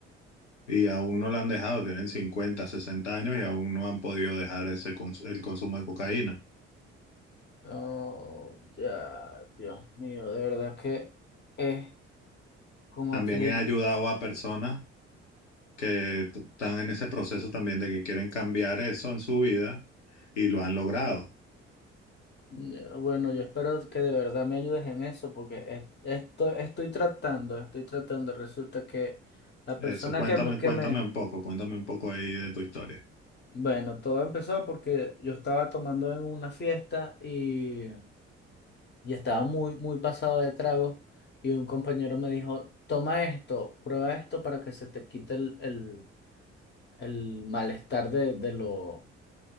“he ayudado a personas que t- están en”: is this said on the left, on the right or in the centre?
Left